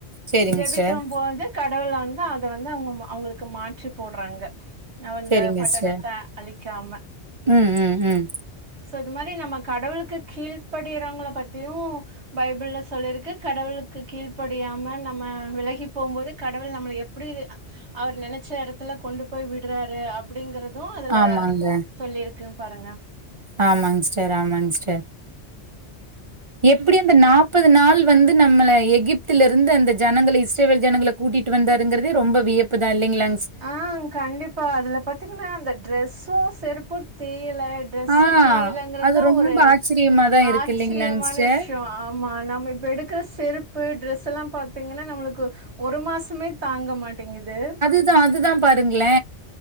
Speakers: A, on the right (about 40°); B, on the right (about 75°).
A: சரிங்க
B: ஜெபிக்கம்
A: சிஸ்டர்
B: போது கடவுள் வந்து அத வந்து அவங்க அவுங்களுக்கு மாற்றி போட்றாங்க அவந்த
A: சரிங்க
B: பட்டணத்த
A: சிஸ்டர்
B: அழிக்காம
A: ம் ம் ம்
B: சோ இது மாரி நம்ம கடவுளுக்கு கீழ்படியிறவங்கள பத்தியு பைபிள்ல சொல்லிருக்கு கடவுளுக்கு கீழ்ப்படியாம நம்ம விலகி போகும் போது கடவுள் நம்மள எப் டி அவர் நெனைச்ச எடத்துல கொண்டு போய் விட்றாரு அப்டிங்கறது அதுல
A: ஆமாங்க
B: சொல்லிருக்கு பாருங்க
A: ஆமாங்க ஸிஸ்டர் ஆமாங்க ஸிஸ்டர் எப்டி அந்த நாப்பது நாள் வந்து நம்மள எகிப்தில இருந்து அந்த ஜனங்கள இஸ்ரவேல் ஜனங்கள கூட்டிட்டு வந்தாருங்கறதே ரொம்ப வியப்பு தா இல்லைங்களா
B: ஆ கண்டிப்பா அதுல பாத்தீங்கன்னா அந்த ட்ரெஸ்ஸு செருப்பு தேயல ட்ரெஸூ
A: ஆ
B: கிளியலங்கறதா
A: அது ரொம்ப
B: ஒரு
A: ஆச்சரியமா தான் இருக்கு
B: ஆச்சரியமான
A: இல்லைங்களாங் சிஸ்டர்.
B: விஷ்யோ ஆ நம்ம இப்ப எடுக்கிற செருப்பு ட்ரெஸ்ல்லா பாத்தீங்கன்னா நம்மளுக்கு ஒரு மாசமே தாங்க மாட்டீங்குது
A: தா அதுதா பாருங்ளே